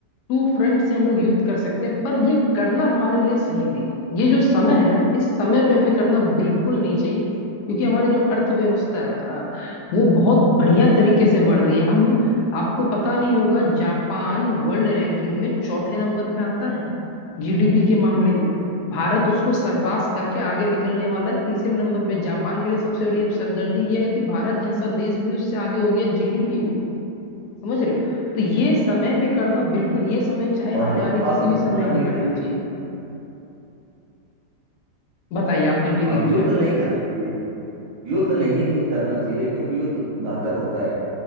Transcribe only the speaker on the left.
टू फ्रंट से हम लोग युद्ध कर सकते हैं पर ये करना हमारे लिए सही नहीं है ये जो समय है ना इस समय पे हमें करना बिल्कुल नहीं चाहिए क्योंकि हमारी जो अर्थव्यवस्था है अ, वो बहुत बढ़िया तरीके से बढ़ रही है हम आपको पता नहीं होगा जापान वर्ल्ड रैंकिंग में चौथे नंबर पे आता है जीडीपी के मामले में भारत उसको सरपास करके आगे निकलने वाला है तीसरे नंबर पे जापान के लिए सबसे बड़ी अब सरदर्दी ये है कि भारत जैसा देश भी उससे आगे हो गया जीडीपी में समझ रहे हो तो ये समय पे करना बिल्कुल ये समय चाहे
आने वाले
किसी
भी समय नहीं
करना
चाहिए बताइए आप कंटिन्यू
कीजिए अपनी